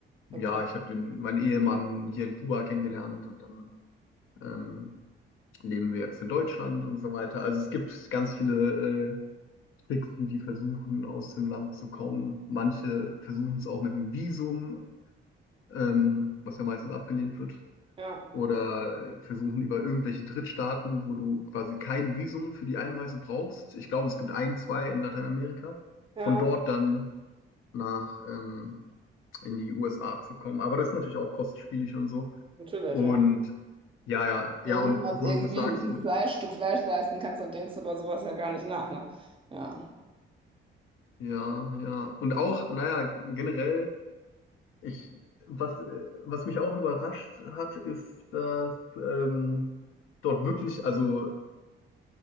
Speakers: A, on the left (about 75°); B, on the right (about 25°).
A: Ja,
B: Okay,
A: ich habe den, meinen Ehemann hier in Kuba kennengelernt und dann ähm, leben wir jetzt in Deutschland und so weiter. Also es gibt ganz viele äh, Tricks, wie die versuchen, aus dem Land zu kommen. Manche versuchen es auch mit einem Visum, ähm, was ja meistens abgelehnt wird.
B: ja,
A: Oder versuchen über irgendwelche Drittstaaten, wo du quasi kein Visum für die Einreise brauchst. Ich glaube, es gibt ein, zwei in Lateinamerika.
B: ja,
A: Von dort dann nach ähm, in die USA zu kommen. Aber das ist natürlich auch kostspielig und so.
B: natürlich,
A: Und
B: ja.
A: ja, ja,
B: Wenn
A: ja, und
B: du nicht mal
A: wo
B: irgendwie
A: du das sagst
B: ein
A: mit,
B: Fleisch, Stück Fleisch leisten kannst, dann denkst du über sowas ja gar nicht nach, ne? Ja.
A: ja, ja. Und auch, naja, generell, ich, was, äh, was mich auch überrascht hat, ist, dass ähm, dort wirklich, also